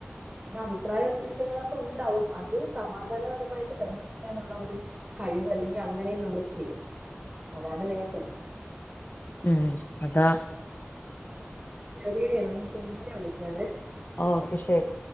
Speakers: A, on the right; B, on the left.
A: പിന്നെ അഭിപ്രായ വ്യത്യസങ്ങളൊക്കെ ഉണ്ടാവും. അത് സമാധാനപരമായിട്ട് പരിഹരിക്കാനുള്ള ഒരു കഴിവ് അല്ലെങ്കിൽ അങ്ങനെയും നമ്മള് ചെയ്യണം. അതാണ് വേണ്ടത്
B: ഉം അതാ
A: ശെരിയാണ് പിന്നെ വിളി ക്കാവേ
B: ഓക്കെ ശരി